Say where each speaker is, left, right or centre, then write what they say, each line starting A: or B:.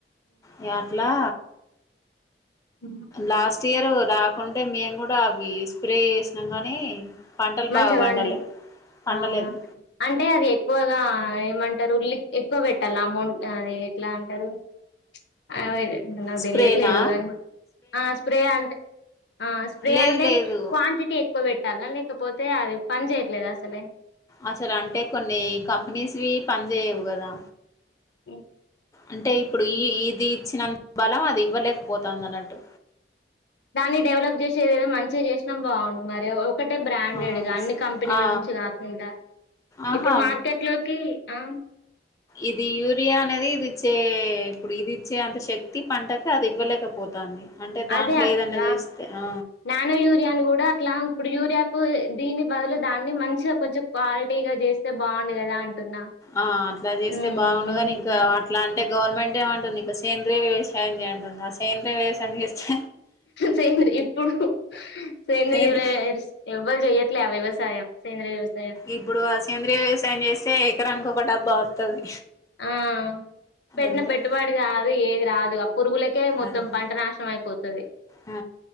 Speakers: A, on the left (about 20°); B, on the left (about 75°).
A: ఇగ అట్లా
B: ఉ
A: లాస్ట్ ఇయరు రాకుంటే మేము కూడా అవి స్ప్రే చేసినాం కనీ పంటలు
B: మంచిగా
A: బాగా వండలే
B: పండి
A: పండలేదు
B: అవునా అంటే అది ఎక్కువగా ఏమంటారు ఉల్లి ఎక్కువ పెట్టాల అమౌంట్ అది ఎట్లా అంటారు అదే నాకు
A: స్ప్రేనా
B: తెలియట్లేదు కా ఆ స్ప్రే అంతె ఆ స్ప్రే
A: లేదు
B: అంటే
A: లేదు
B: క్వాంటిటీ ఎక్కువ పెట్టాలా లేక లేకపోతే అది పని చేయట్లేద అసలే
A: అసలు అంటే కొన్ని కంపెనీస్వి పని చేయ్యవు కదా
B: ఉ
A: అంటే ఇప్పుడు ఈ ఇది ఇచ్చినంత బలం అది ఇవ్వలేకపోతాంది అన్నట్టు
B: దాన్ని డెవలప్ చేసేదదో మంచిగా చేసినా బాగుండు మరి ఒక్కటే బ్రాండెడ్గా
A: ఆ
B: అన్ని కంపెనీల
A: ఆ
B: నుంచి కాకుండా
A: ఆహా
B: ఇప్పుడు మార్కెట్లోకి ఆ
A: ఇది యూరియా అనేది ఇదిచ్చే ఇప్పుడు ఇదిచ్చే అంత శక్తి పంటకు అది ఇవ్వలేకపో పోతుంది అంటే దాంట్లో
B: అదే అక్క
A: ఏదైనా చేస్తే ఆ
B: నానో యూరియాను కూడా ఇట్లా ఇప్పుడు యూరియాకు దీని బదులు దాన్ని మంచిగా కొంచెం క్వాలిటీగా చేస్తే బాగుండు కదా అంటున్నా
A: ఆ అట్లా చేస్తే
B: హ్మ్.
A: బాగుండుగాని
B: హ్మ్.
A: ఇంకా అట్లాంటే గవర్నమెంటే అంటుంది ఇక సేంద్రీయ వ్యవసాయం చేయంటుంది ఆ సేంద్రీయ వ్యవసాయం చేస్తే
B: సేంద్రియ ఇప్పుడు సేంద్రియ
A: సేంద్రీయ
B: వ్యవ ఎవ్వరు చెయ్యట్లే ఆ వ్యవసాయం. సేంద్రియ వ్యవసాయం
A: ఇప్పుడు ఆ సేంద్రియ వ్యవసాయం చేస్తే ఎకరానికి ఒక డబ్బా వస్తది.
B: ఆ పెట్టిన
A: అంతే
B: పెట్టుబడి కాదు ఏది రాదు ఆ పురుగుల కే మొత్తం
A: ఆ
B: పంట నాశనం అయిపోతది.
A: ఆ